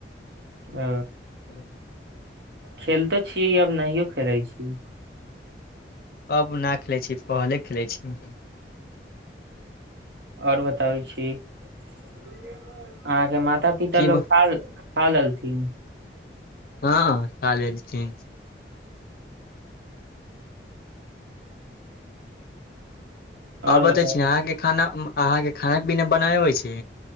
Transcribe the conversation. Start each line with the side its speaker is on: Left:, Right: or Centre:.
Right: अ
Left: ह <inaudible>
Right: खेलतो छीयै अब नहियो खेलै छी
Left: अब न खेलैत छी पहले खेलैत छी
Right: ओर बताबै छी अहाँके माता पिता
Left: की
Right: लोक कहा ख लथिन
Left: हँ काल चन आ
Right: और
Left: बतै
Right: बताउ
Left: छी अहाँके खाना अहाँके खाना पीना बना अबै छै